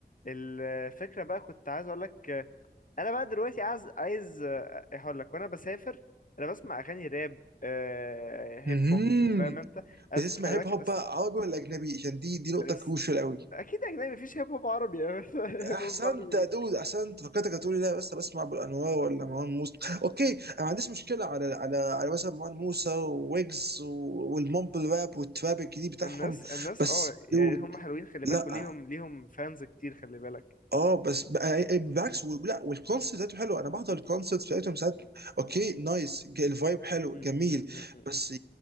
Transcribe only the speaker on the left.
الفكره بقى كنت عايز اقول لك انا بقى دلوقتي عايز عايز هقول لك وانا بسافر انا بسمع اغاني راب آه، هيب
هوب فاهم انت أس-
خلي
بالك
أس...
أس...
اكيد اجنبي مفيش هيب هوب عربي <laughs> هيب
هوب عربي
الناس الناس
اه يعني
هم حلوين خلي
بالك وليهم ليهم فانز كتير خلي بالك
م-
م- م- م-
م-